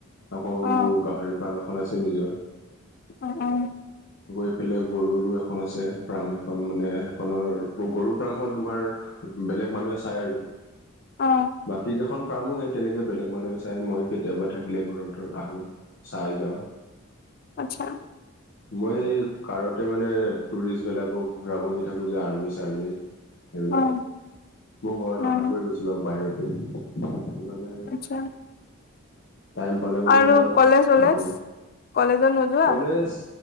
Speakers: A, on the left (about 60°); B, on the left (about 45°).
A: আকৌ
B: অ
A: মোৰ গাহৰি পাৰ্ম এখন আছে নিজ
B: অ অ
A: এফালে গৰুৰো এখন আছে ফাৰ্ম এখন মানে নৰ গৰু ফাৰ্মখন তোমাৰ বেলেগ মানুহে চাই আৰু
B: অ
A: বাকী কেখন ফাৰ্মৰ সেই তেনেকে বেলেগ মানুহে চাই মই কেতিয়াবা থাকিলে ঘৰত ধৰ আহো চাই যাওঁ <inaudible>
B: আচ্ছা
A: মই সেই কাৰতে মানে টুৰিষ্টবলাকক ঘূৰাব নি থাকো যে আৰ্মি চাৰ্মি সেইবিলাক
B: অ
A: মই ঘৰত
B: অ
A: নাথাকোৱে বেছি ভাগ বাহিৰতে সেইটো কাৰণে আৰু
B: আচ্ছা
A: টাইম পালে মানে
B: আৰু
A: ঘৰত
B: কলেজ চলেজ
A: থাকো
B: কলেজত নোযোৱা
A: কলেজ